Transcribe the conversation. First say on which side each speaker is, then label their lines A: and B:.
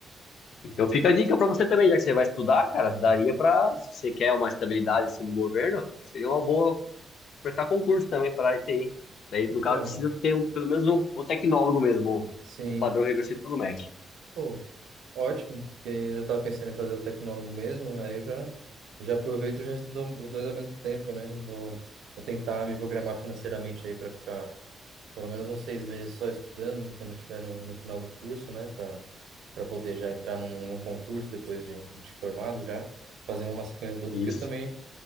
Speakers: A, on the left; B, on the right.
A: então fica a dica pra você também, já que você vai estudar, cara, daria pra, se você quer uma estabilidade assim do governo, seria uma boa prestar concurso também para a TI. Daí, no caso,
B: Pô,
A: precisa ter um- pelo menos um, o tecnólogo mesmo,
B: sim.
A: o, o padrão reconhecido pelo MEC.
B: Pô, ótimo, porque eu já estava pensando em fazer o tecnólogo mesmo, aí eu já, já aproveito e já estudo os dois ao mesmo tempo, né? Vou, vou tentar me programar financeiramente aí para ficar pelo menos uns seis meses só estudando, quando eu estiver no, no final do curso, né? Para para poder já entrar num, num concurso depois de, de formado já, fazer uma na sequência do outro,
A: Isso.
B: porque eu também